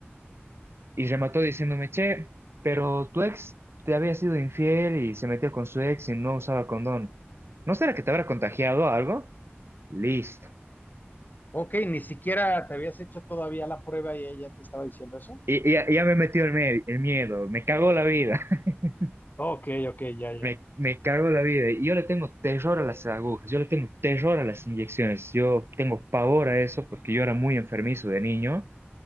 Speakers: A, on the right; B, on the left.
A: y remató diciéndome, che, pero tu ex te había sido infiel y se metió con su ex y no usaba condón. ¿No será que te habrá contagiado algo? Listo.
B: Ok, ni siquiera te habías hecho todavía la prueba y ella te estaba diciendo eso.
A: Y, y ya, ya me metió el, me- el miedo, me cagó la vida. <laughs>
B: Ok, ok, ya, ya.
A: Me, me cago en la vida. Y yo le tengo terror a las agujas, yo le tengo terror a las inyecciones, yo tengo pavor a eso porque yo era muy enfermizo de niño